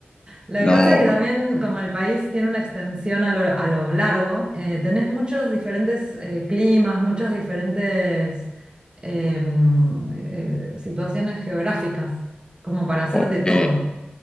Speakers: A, on the right; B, on the left.
A: Lo
B: No,
A: que pasa es que
B: no.
A: también, como el país tiene una extensión a lo, a lo largo, eh, tenés muchos diferentes eh, climas, muchas diferentes em, eh, situaciones geográficas, como para hacer
B: Ok,
A: de todo.